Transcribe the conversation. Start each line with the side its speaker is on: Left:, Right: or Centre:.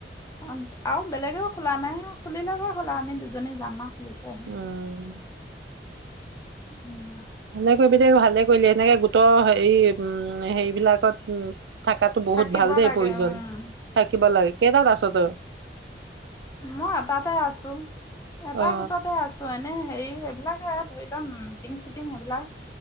Left: অ আৰু বেলেগেও খোলা নাই খুলিলেকে খোলা আমি দুজনী যাম আৰু খুলি থৈ আহিমগৈ।
Right: উম
Left: উম,
Right: ভালেকৈ নিজেই কভালে কৰিলে সেনেকে গোটৰ হে উম হেৰিবলাকত উ থাকাটোত বহুত
Left: থাকিব
Right: ভাল দেই
Left: লাগে
Right: প্ৰয়োজন,
Left: উম,
Right: থাকিব লাই কেটাত আছ তই?
Left: মই এটাতে আছোন, এটা
Right: অ
Left: গোটতে আছো এনে হেৰিয়ে সবিলাকে ধৰি লম টিং চিটিং সেইবিলাক